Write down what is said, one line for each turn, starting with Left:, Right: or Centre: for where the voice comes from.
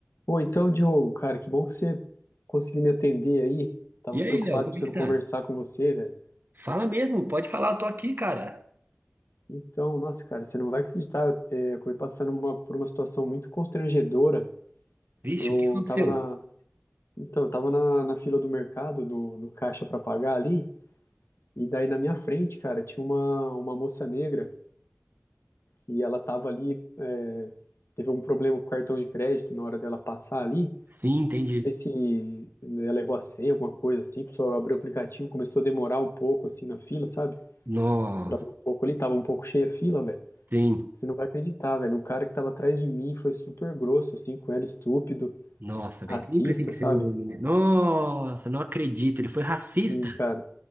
Left: Pô, então, Diogo, cara, que bom que você conseguiu me atender aí. Tava
Right: E
Left: preocupado
Right: aí, Léo, como
Left: precisando
Right: é que tá?
Left: conversar com você, velho.
Right: Fala mesmo, pode falar, eu tô aqui, cara.
Left: Então, nossa, cara, você não vai acreditar, é, eu, eh, acabei passando uma- por uma situação muito constrangedora.
Right: Vixe,
Left: Eu
Right: o que aconteceu?
Left: tava na, então, eu tava na, na fila do mercado, do, no caixa pra pagar ali, e daí na minha frente, cara, tinha uma, uma moça negra e ela tava ali, eh, teve um problema com o cartão de crédito na hora dela passar ali.
Right: Sim, entendi.
Left: sei se ela errou a senha, alguma coisa assim, a pessoa abriu o aplicativo, começou a demorar um pouco assim na fila, sabe?
Right: Nossa,
Left: Atrasou um pouco ali, tava um pouco cheia a fila, velho.
Right: sim.
Left: Você não vai acreditar, velho. O cara que tava atrás de mim foi super grosso, assim, com ela, estúpido,
Right: Nossa,
Left: racista,
Right: velho, sempre tem que
Left: sabe?
Right: ser um homem, né? Nossa, não acredito, ele foi racista.
Left: Sim, cara.